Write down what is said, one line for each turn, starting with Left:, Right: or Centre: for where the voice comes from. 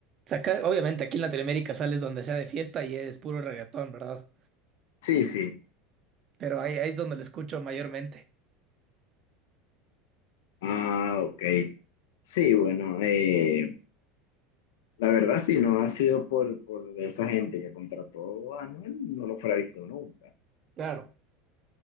Right: sea, acá- obviamente aquí en Latinoamérica sales donde sea de fiesta y es puro reggaetón, ¿verdad?
Left: sí, sí,
Right: Pero ahí, ahí es donde lo escucho mayormente.
Left: ah, ok, sí, bueno, eh, la verdad sí, no ha sido por, por esa gente que contrató a Anuel, no lo fuera visto nunca.
Right: Claro.